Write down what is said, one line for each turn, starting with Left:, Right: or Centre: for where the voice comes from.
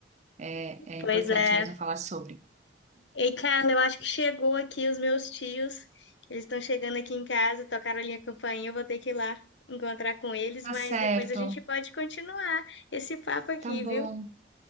Right: É, é
Left: Pois
Right: importante
Left: é.
Right: mesmo falar sobre.
Left: Ei, Carla, eu acho que chegou aqui os meus tios. Eles estão chegando aqui em casa, tocaram a minha campainha, eu vou ter que ir lá encontrar com eles,
Right: Tá
Left: mas
Right: certo,
Left: depois a gente pode continuar esse papo aqui,
Right: tá bom,
Left: viu?